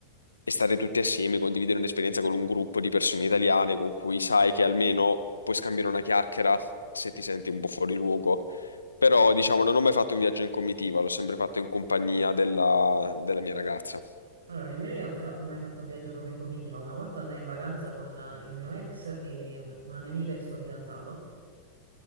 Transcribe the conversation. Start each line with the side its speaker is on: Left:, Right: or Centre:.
Left: e stare tutti assieme, condividere un'esperienza con un gruppo di persone italiane con cui sai che almeno puoi scambiare una chiacchiera se ti senti un po' fuori luogo. Però, diciamo, non ho mai fatto un viaggio in comitiva, l'ho sempre fatto in compagnia della, della mia ragazza.
Right: Allora, nemmeno io ho, fia- ho mai fatto un viaggio proprio in comitiva. Una volta andai in vacanza con eh, il mio ex e un- una mia amica e il suo fidanzato.